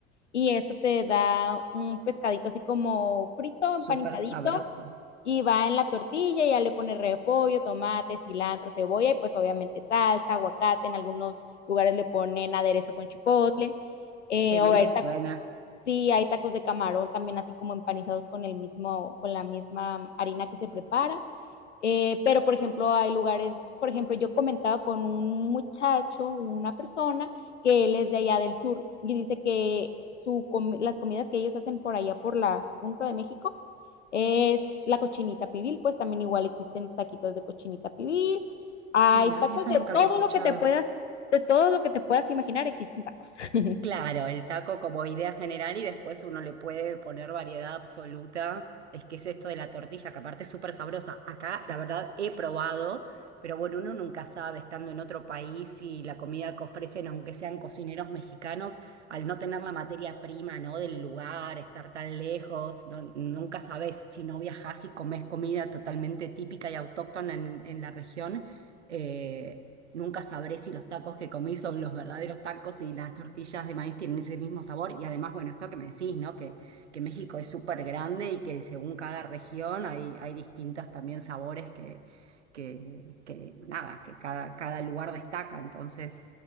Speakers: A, on the left; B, on the right.
A: y eso te da un pescadito así como frito, empanizadito
B: Súper sabroso.
A: y va en la tortilla, ya le pone repollo, tomate, cilantro, cebolla y pues obviamente salsa, aguacate, en algunos lugares le ponen aderezo con chipotle, eh,
B: Qué bien
A: o hay
B: que suena.
A: tacos, sí, hay tacos de camarón también así como empanizados con el mismo, con la misma harina que se prepara, eh, pero, por ejemplo, hay lugares, por ejemplo, yo comentaba con un muchacho, una persona, que él es de allá del sur y dice que su com- las comidas que ellos hacen por allá, por la punta de México, es la cochinita pibil, pues también igual existen taquitos de cochinita pibil, hay
B: Mira,
A: tacos
B: eso
A: de
B: nunca
A: todo
B: había escuchado.
A: lo que te puedas, de todo lo que te puedas imaginar, existen tacos. <laughs>
B: Claro, el taco como idea general y después uno le puede poner variedad absoluta. Es que es esto de la tortilla, que aparte es súper sabrosa. Acá, la verdad, he probado, pero bueno, uno nunca sabe estando en otro país y la comida que ofrecen, aunque sean cocineros mexicanos, al no tener la materia prima, ¿no? Del lugar, estar tan lejos, no- nunca sabes si no viajás y comes comida totalmente típica y autóctona en, en la región. eh, Nunca sabré si los tacos que comí son los verdaderos tacos y las tortillas de maíz tienen ese mismo sabor. Y además, bueno, esto que me decís, ¿no? Que, que México es súper grande y que según cada región hay, hay distintos también sabores que, que, que nada, que cada, cada lugar destaca. Entonces,